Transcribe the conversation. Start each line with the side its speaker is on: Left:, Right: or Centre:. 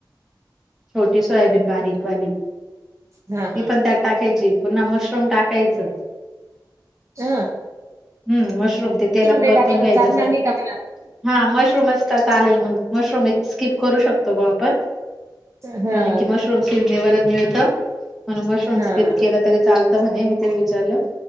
Centre: छोटी सोयाबीन बारीकवाली
Right: हा
Centre: ती
Right: हा
Centre: पण त्या टाकायची पुन्हा मशरूम टाकायचं
Right: ह
Centre: हम्म मशरूम ते तेलात
Right: नाही
Centre: परतून
Right: टाकला तर
Centre: घ्यायचं
Right: चालणार
Centre: सग
Right: नाही का मला?
Centre: हा मशरूमच चालेल मग मशरूम स्कीिप करू शकतो बुआ आपण.
Right: हा
Centre: कारण की मशरूम स्कि <inaudible> निवायला मिळत म्हणून मशरूम
Right: हा
Centre: स्किप केलं. तरी चालतं म्हणे मी ते विचारलं